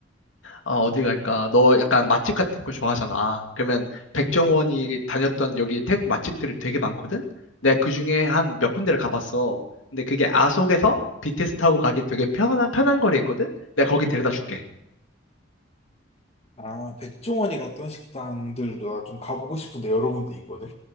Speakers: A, on the left; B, on the left.
A: 아, 어디 갈까? 너 약간 맛집 같은 거 좋아하잖아. 그러면 백종원이 다녔던 여기 태국 맛집들이 되게 많거든? 내가 그중에 한 몇 군데를 가봤어. 근데 그게 아속에서 BTS 타고 가기 되게 편한, 편한 거리 있거든? 내가 거기 데려다 줄게.
B: 아, 백종원이 갔던 식당들도 나 좀 가보고 싶은데 여러 군데 있거든.